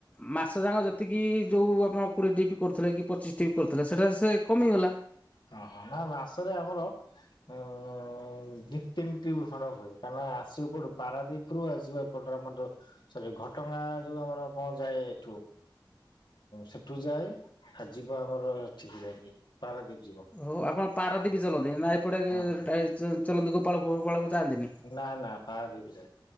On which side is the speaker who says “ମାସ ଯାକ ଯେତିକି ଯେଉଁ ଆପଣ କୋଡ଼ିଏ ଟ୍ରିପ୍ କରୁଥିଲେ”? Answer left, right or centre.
Left